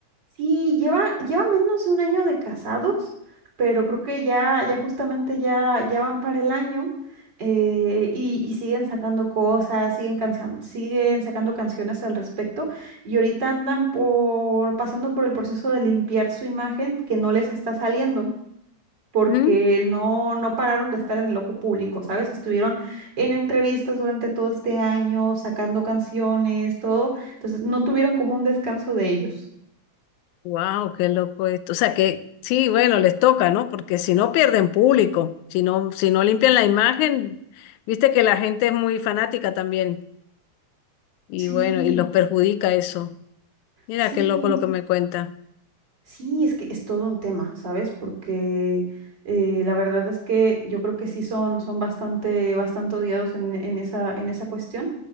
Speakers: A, on the right (about 35°); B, on the left (about 85°).
A: Sí, lleva, lleva menos de un año de casados, pero creo que ya, ya justamente ya, ya van para el año eh, y, y siguen sacando cosas, siguen, cancion- siguen sacando canciones al respecto y ahorita andan por, pasando por el proceso de limpiar su imagen que no les está saliendo. porque
B: Mm,
A: no, no pararon de estar en el ojo público, ¿sabes? Estuvieron en entrevistas durante todo este año, sacando canciones, todo, entonces no tuvieron como un descanso de ellos.
B: Wow, qué loco esto. O sea que sí, bueno, les toca, ¿no? Porque si no pierden público, si no, si no limpian la imagen, viste que la gente es muy fanática también. Y
A: Sí.
B: bueno, y los perjudica eso. Mira
A: Sí,
B: qué loco lo que me cuenta.
A: sí, es que es todo un tema, ¿sabes? Porque eh, la verdad es que yo creo que sí son, son bastante, bastante odiados en, en esa, en esa cuestión.